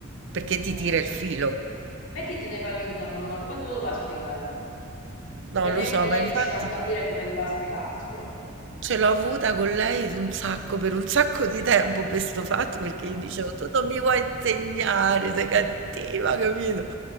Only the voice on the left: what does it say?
Eh.
Mettiti nei panni di tua nonna, come te lo va a spiegare?
Che neanche
lei
riusciva a capire come doveva spiegartelo.
Eh,